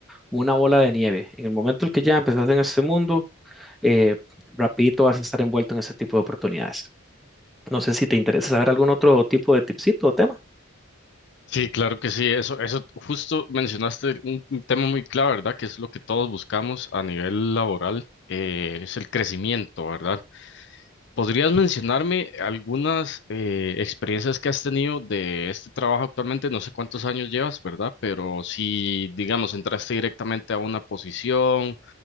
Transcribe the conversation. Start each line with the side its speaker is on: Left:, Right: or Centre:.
Centre: una bola de nieve. En el momento en que ya empezaste en este mundo, eh, rapidito vas a estar envuelto en ese tipo de oportunidades. No sé si te interesa saber algún otro tipo de tipsito o tema.
Left: Sí, claro que sí, eso, eso justo mencionaste un, un tema muy clave, ¿verdad? Que es lo que todos buscamos a nivel laboral, eh, es el crecimiento, ¿verdad? ¿Podrías mencionarme algunas eh, experiencias que has tenido de este trabajo actualmente? No sé cuántos años llevas, ¿verdad? Pero si, digamos, entraste directamente a una posición